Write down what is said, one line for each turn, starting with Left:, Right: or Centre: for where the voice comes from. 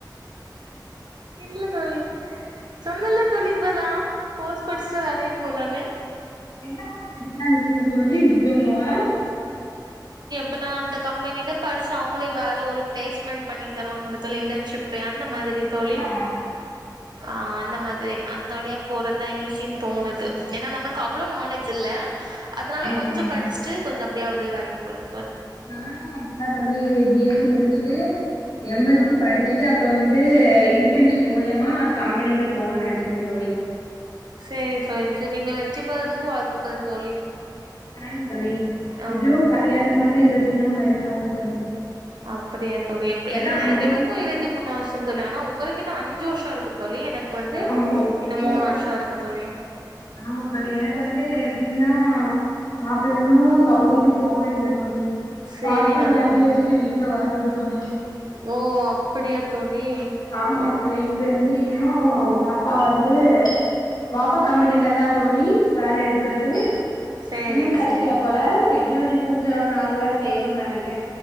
Right: இல்ல தோழி சொன்ன இல்ல தோழி இப்பதா கோர்ஸ் படிச்சுட்டு வேலைய போலான்னு
Left: என்ன கோர்ஷ் படிக்கலா இருக் என்ன தோழி டிப்ளமோவா
Right: ப்ப நா அந்த கம்பெனிலே படிச்சு அவ்ங்களே வேல ஒரு ப்ளேஸ்மெண்ட் பண்ணி தருவாங்கல்ல தோழி இன்டன்ஷிப் ன்ன மாதிரி தோழி
Left: ஆமா
Right: ஆ அந்த மாதிரி அந்த வழியா போறத்தா ஈஸின் தோணுது ஏன்னா நமக்கு அவ்ளோ நாலேஜ் இல்ல அதனால
Left: ஆமா
Right: கொஞ்சம் படிச்சுட்டு கொஞ்ச அப்டியே அப்டே வேலைக் போற
Left: நானு <unintelligible> தோழி இது பி எஸ் சி முடிச்சுட்டு எம் எஸ்
Right: ஆ
Left: சி படிச்சுட்டு அப்பறொ வந்து இந் ன்டன்ஷிப் மூலியமா நா கம்பெனியில போணூன் நெனச்சிருக்க தோழி
Right: சேர் சோ சேரி நீங்க வெற்றி பெறதுக்கு வாழ் த்துக்கள் தோழி
Left: தைங்யூ தோழி
Right: ஆ
Left: எப்டியு கல்யாணம் பண்ணி இருவத்தி மூணு வைஸ் சவண் தோழி
Right: அப்டியா தோழி இப்
Left: ஏன்னா
Right: எல்லா ந
Left: வந்து
Right: எனக்கு இருவத்தி மூணு வர்ஷந் தோழி னா உங்களுக்கு இன்னோ அஞ்சு வர்ஷொ இருக்கு தோழி எனக்கு
Left: <inaudible>
Right: வந்து
Left: மூனுவருஷம்
Right: இன்னு மூணு வருஷோ இருக்கு தோழி
Left: ஆமா தோழி எனக்கு வந்து எப்புடின்னா மாப்பிள்ளை இன்னும் சவுதிக்கு போவே இல்ல தோழி
Right: சேரிதான்
Left: பாஸ்போர்ட் வாங்கி
Right: தோழி
Left: வச்சுட்டு வீட்ல ஒறங்குது தோழி
Right: ஓ அப்புடியா தோழி
Left: ஆமா தோழி இது வந்து இன்னும் வாப்பா வந்து வாப்பா கம்பெனில தான் தோழி வேல எடுக்குறது
Right: சேரி
Left: இன்னும் கடைக்கில
Right: சேரி
Left: போல எப் எப்டியும் இன்னும் கொஞ்சோ நாள்ல பேயிரும் நெனைக்கே